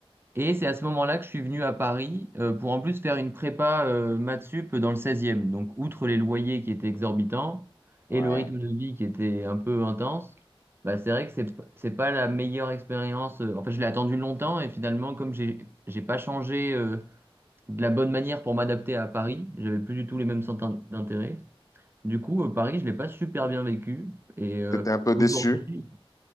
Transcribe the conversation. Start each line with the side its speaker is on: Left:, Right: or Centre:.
Right: Et c'est à ce moment-là que je suis venu à Paris euh, pour en plus faire une prépa euh, maths sup dans le 16e. Donc, outre les loyers qui étaient exorbitants et
Left: ouais.
Right: le rythme de vie qui était un peu intense, bah, c'est vrai que c'est, p- c'est pas la meilleure expérience. euh, En fait, je l'ai attendu longtemps et finalement, comme j'ai, j'ai pas changé euh, de la bonne manière pour m'adapter à Paris, j'avais plus du tout les mêmes centres d'intérêt. Du coup, euh, Paris, je l'ai pas super bien vécu. Et euh,
Left: T'étais un peu déçu?
Right: aujourd'hui,